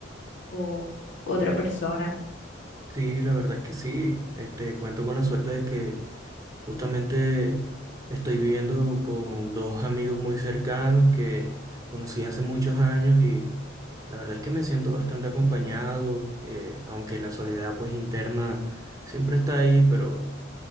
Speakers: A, on the left (about 70°); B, on the right (about 20°).
A: o otra persona.
B: sí, la verdad es que sí. Este, cuento con la suerte de que Justamente estoy viviendo con dos amigos muy cercanos que conocí hace muchos años y la verdad es que me siento bastante acompañado, eh, aunque la soledad pues interna siempre está ahí, pero